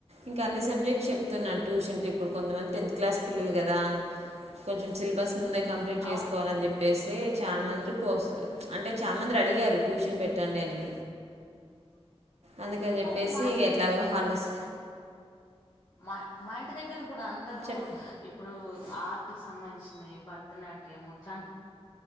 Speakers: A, on the right; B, on the left.
A: ఇంకా అన్ని సబ్జెక్ట్స్ చెప్తున్నాను ట్యూషన్ ఇప్పుడు కొంతమంది టెన్త్ క్లాస్ పిల్లలు కదా కొంచెం సిలబస్ ముందే కంప్లీట్ చేసుకోవాలని
B: అవును
A: చెప్ అయితే చాలా మంది కోస్తారు అంటే చాలా మంది అడిగారు ట్యూషన్ పెట్టండి అని అందుకని చెప్పేసి
B: అవును మా
A: ఎట్లాగో హాలిడేస్
B: మా మా ఇంటి దగ్గర ఇప్పుడు అందరుూ
A: చెప్పు
B: ఇప్పుడు ఆర్ట్ సంబంధించినవి భరతనాట్యము ఇట్లాంటి